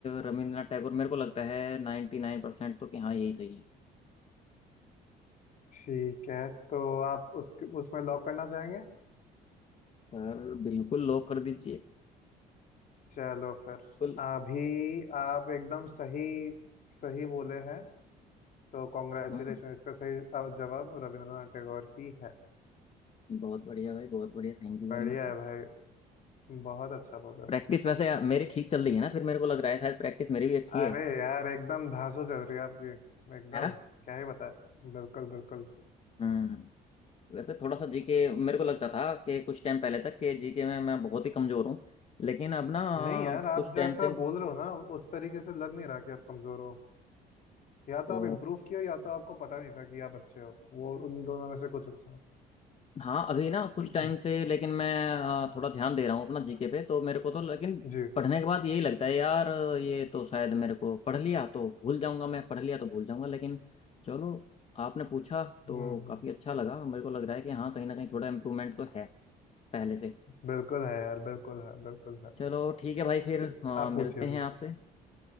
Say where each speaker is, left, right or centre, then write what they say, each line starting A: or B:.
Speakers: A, on the left (about 40°); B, on the left (about 55°).
A: रविंद्रनाथ टैगोर मेरे को लगता है नाइन्टी नाइन परसेंट तो कि हाँ यही सही है
B: ठीक है तो आप उस उसमें लॉक करना चाहेंगे
A: सर बिल्कुल लॉक कर दीजिए
B: चलो फिर
A: बिल्कुल
B: अभी आप एकदम सही सही बोले हैं तो कॉन्ग्रेचुलेशन
A: हम्म
B: इसका सही अ, जवाब रविंद्रनाथ टैगोर ही है
A: बहुत बढ़िया भाई बहुत बढ़िया thank you
B: बढ़िया
A: very much
B: है भाई बहुत अच्छा बोले
A: Practice वैसे मेरी ठीक चल रही है ना फिर मेरे को लग रहा है शायद प्रैक्टिस मेरी भी अच्छी
B: अरे
A: है
B: यार एकदम धांसू चल रही है आपकी एकदम
A: है ना
B: क्या ही बताए बिल्कुल बिल्कुल
A: हम्म वैसे थोड़ा सा जीके मेरे को लगता था कि कुछ टाइम पहले तक कि जीके में मैं बहुत ही कमजोर हूँ लेकिन अब ना
B: नहीं यार आप
A: कुछ
B: जैसा
A: टाइम से
B: बोल रहे हो ना उस तरीके से लग नहीं रहा कि आप कमजोर हो या
A: तो
B: तो आप इम्प्रूव किए हो या तो आपको पता नहीं था कि आप अच्छे हो वो उन दोनों में से कुछ अच्छा होगा
A: हाँ अभी ना कुछ
B: <clears throat>
A: टाइम से लेकिन मैं अ, थोड़ा ध्यान दे रहा हूँ अपना जीके पे तो मेरे को तो लेकिन
B: जी
A: पढ़ने के बाद यही लगता है यार ये तो शायद मेरे को पढ़ लिया तो भूल जाऊंगा मैं पढ़ लिया तो भूल जाऊंगा लेकिन चलो आपने पूछा तो
B: हम्म हम्म,
A: काफ़ी अच्छा लगा मेरे को लग रहा है कि हाँ कहीं ना कहीं थोड़ा इम्प्रूवमेंट तो है पहले से
B: बिल्कुल है यार बिल्कुल है बिल्कुल है
A: चलो ठीक है भाई फिर
B: च-
A: अ,
B: आप
A: मिलते
B: पूछिए अभी
A: हैं आपसे अ,